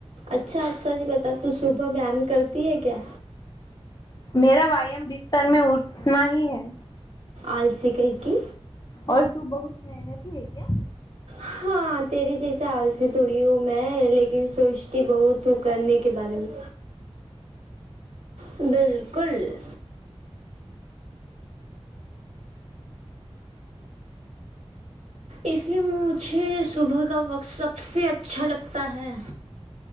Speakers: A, on the right; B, on the left.
A: اچھا اچھا جی بتا تو صبح وم کر تی ہے کیا
B: میرا ویام بستر میں اٹنا ہی ہے
A: آلسی کائی کی
B: اور تو بہت محنتی ہے کیا
A: ہاں تیرے جیسے السی تھوڑی ہوں میں لیکن سوچتی بہت تو کرنے کے بارے میں بالکل اس لیے مجھے صبح کا وقت سب سے اچھا لگتا ہے